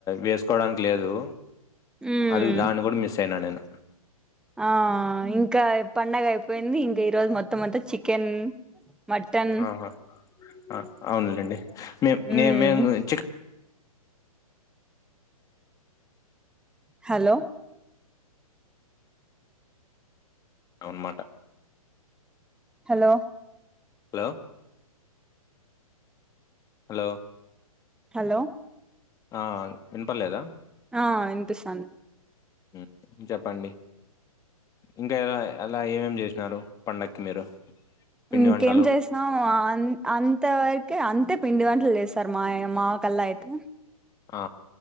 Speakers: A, on the left; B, in the centre.
A: వేసుకోవడానికి లేదు
B: ఉమ్
A: అద్ దాన్ని ఒక్కట్ మిస్ అయినా నేను
B: ఆ ఇంకా పండగ అయిపోయింది ఇంకా ఈ రోజు మొత్తం అంతా చికెన్ మటన్
A: ఆహా ఆ అవునులేండి మేము నే
B: ఉమ్
A: మేము చికె
B: హలో
A: అవున్మాట
B: హలో
A: హలో హలో
B: హలో
A: ఆ వినపలేదా
B: ఆ వినిపిస్తాంది
A: మ్మ్ చెప్పండి ఇంకా ఎలా అలా ఏమేమి చేసినారు పండక్కి మీరు పిండి
B: ఇంకేం
A: వంటలు
B: చేసాం అ అం అంత వరకే అంతే పిండి వంటలు చేస్తారు మా మా కల్లా అయితే
A: ఆ